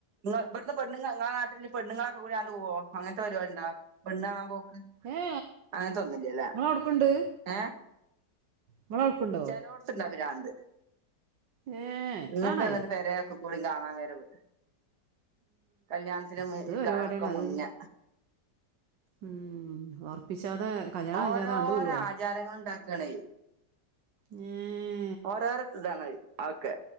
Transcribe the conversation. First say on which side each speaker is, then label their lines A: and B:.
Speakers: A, on the right; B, on the right.
A: നി ഇവിടുത്തെ പെണ്ണുങ്ങങ്ങള നാട്ടില് പെണ്ണങ്ങളൊക്കെ കൂടിണ്ട് പോകോ അങ്ങനത്തെ പരിപാടിണ്ടാ പെണ്ണ് കാണാൻ പോക്ക്.
B: ഏ
A: അങ്ങൻതൊന്നില്ലല്ലേ
B: നിങ്ങളവിടക്കുണ്ട്
A: ഏ
B: നിങ്ങളവിടക്കുണ്ടോ
A: ചെലോടുത്ത് ഉണ്ട് ആ പിരാന്ത്
B: ഏ എത്താണ്
A: ഇങ്ങട്ട് വന്നിട്ട് പെര ആക്കും. കൂടി കാണാൻ വരവ്. കല്യാണത്തിനും നിക്കാഹിക്കു
B: ഇത് പരിപാടിയാണ്
A: ഒക്കെ മുന്നേ.
B: അത് ഉം, ഉറപ്പിച്ചാതെ കല്യാണം
A: ഓരോരോ
B: കഴിച്ചാതെ കണ്ടു പോവാ
A: ആചാരങ്ങൾ ഉണ്ടാക്കണേ.
B: മമ
A: ഒരോരതാണ് ഒക്കെ.